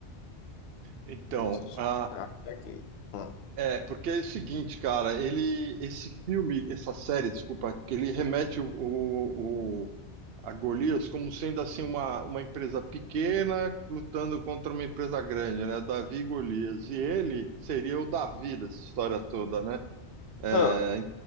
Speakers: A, on the right; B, on the left.
A: Então,
B: Deixa
A: ah,
B: eu ver aqui. Hum.
A: é, porque é o seguinte, cara, ele, esse filme, essa série, desculpa, ele remete o, a Golias como sendo assim uma, uma empresa pequena lutando contra uma empresa grande, né? Davi e Golias. E ele seria o Davi dessa história toda, né?
B: Hum.
A: É,